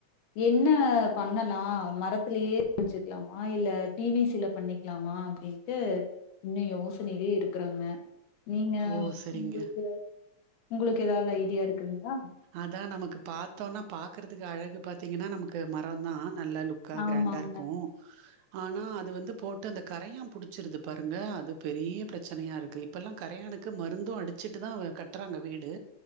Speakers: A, on the left; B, on the right.
A: என்ன பண்ணலா மரத்திலயே செஞ்சுக்கலமா இல்ல பி வி சி ல பண்ணிக்கலமா அப்டி ட்டு இன்னு யோசனையிலே இருக்கறாங்க நீங்க
B: ஓ சரிங்க
A: உங்களுக்கு உங்களுக்கு எதாவது ஐடியா இருக்குங்ளா
B: அதா நமக்கு பாத்தோனா பாக்குறதுக்கு அழகு பாத்திங்கன்னா நமக்கு மரொந்தா நல்லா லுக் கா கிராண்டா
A: ஆமாங்க
B: இருக்கு ஆனா அது வந்து போட்டு அந்த கரையா புடிச்சிருது பாருங்க அது பெரிய பிரச்சனையா இருக்கு இப்பல்லா கரையானுக்கு மருந்து அடிச்சிட்டுதா கட்றாங்க வீடு